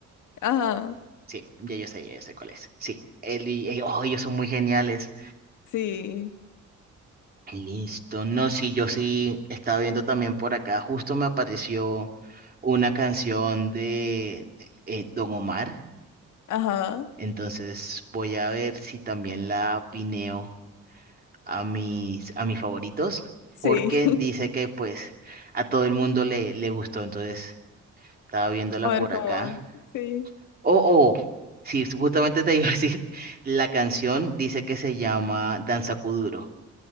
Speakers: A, on the left; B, on the right.
A: Ajá.
B: Sí, ya yo sé, ya yo sé cuál es. Sí, él y, eh, oh, ellos son muy geniales.
A: Sí.
B: Listo. No, sí, yo sí estaba viendo también por acá. Justo me apareció una canción de eh, Don Omar.
A: Ajá.
B: Entonces voy a ver si también la pineo a mis, a mis favoritos.
A: Sí.
B: Porque
A: <laughs>
B: dice que pues a todo el mundo le, le gustó. Entonces estaba viéndola
A: A ver
B: por
A: cómo
B: acá.
A: va. Sí.
B: Oh, oh. Sí, justamente te iba a decir. <laughs> La canción dice que se llama Danza Kuduro.